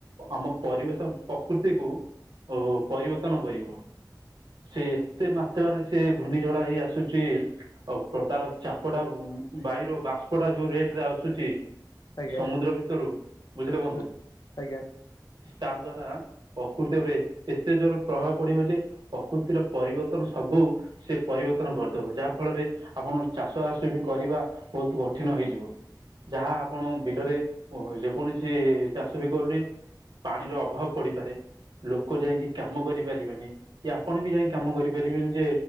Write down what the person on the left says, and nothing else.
ଆଜ୍ଞା
ଆଜ୍ଞା
ହୁଁ ଆଜ୍ଞା ହୁଁ ଆଜ୍ଞା ଆଜ୍ଞା
ଆଜ୍ଞା